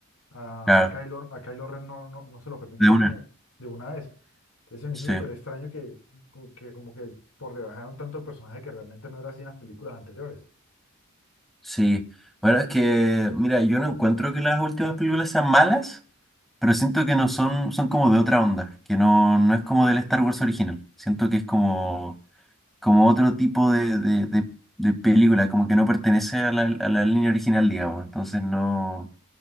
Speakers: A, on the left; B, in the centre.
A: A,
B: Claro,
A: a Kylo, a Kylo Ren no, no, no se lo permitió,
B: de una,
A: como de una vez. Entonces se me
B: sí.
A: hizo súper extraño que, como que como que por debajaron tanto el personaje que realmente no era así en las películas anteriores.
B: Sí, bueno, es que, mira, yo no encuentro que las últimas películas sean malas, pero siento que no son, son como de otra onda, que no, no es como del Star Wars original. Siento que es como, como otro tipo de, de, de- de película, como que no pertenece a la, a la línea original, digamos. Entonces no,